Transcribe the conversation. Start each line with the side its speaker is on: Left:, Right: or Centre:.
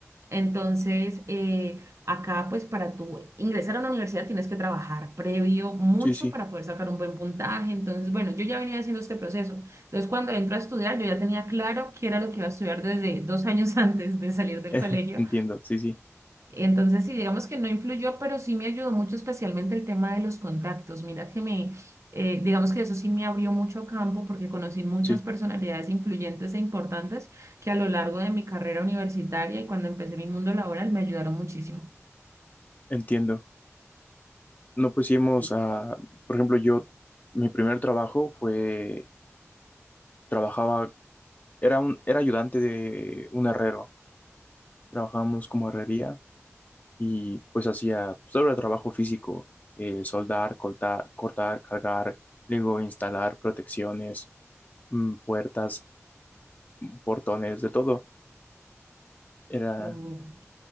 Right: Entonces, eh, acá pues para tú ingresar a una universidad tienes que trabajar previo mucho
Left: Sí, sí,
Right: para poder sacar un buen puntaje. Entonces, bueno, yo ya venía haciendo este proceso. Entonces, cuando entro a estudiar, yo ya tenía claro qué era lo que iba a estudiar desde dos años <laughs> antes de salir del
Left: <laughs>
Right: colegio.
Left: entiendo, sí, sí,
Right: Entonces, sí, digamos que no influyó, pero sí me ayudó mucho, especialmente el tema de los contactos. Mira que me, eh, digamos que eso sí me abrió mucho campo porque conocí muchas
Left: sí,
Right: personalidades influyentes e importantes que a lo largo de mi carrera universitaria y cuando empecé mi mundo laboral me ayudaron muchísimo.
Left: entiendo. No, pusimos
Right: Y-
Left: a por ejemplo, yo, mi primer trabajo fue, trabajaba, era un, era ayudante de un herrero. Trabajábamos como herrería y pues hacía sobre trabajo físico, eh, soldar, cortar, cortar, cargar, luego instalar protecciones, mm, puertas, portones, de todo. Era,
Right: Oh,